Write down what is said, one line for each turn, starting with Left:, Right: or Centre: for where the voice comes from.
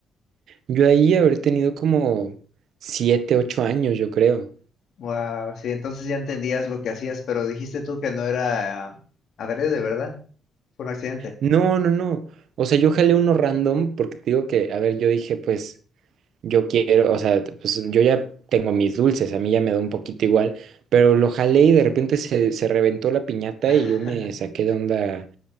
Right: Yo ahí haber tenido como siete, ocho años, yo creo.
Left: Wow, sí, entonces ya entendías lo que hacías, pero dijiste tú que no era ah, adrede, ¿verdad? Fue un accidente.
Right: No, no, no. O sea, yo jalé uno random porque te digo que, a ver, yo dije, pues, yo quiero, o sea, pues yo ya tengo mis dulces, a mí ya me da un poquito igual, pero lo jalé y de repente se, se reventó la piñata y
Left: <laughs>
Right: yo me saqué de onda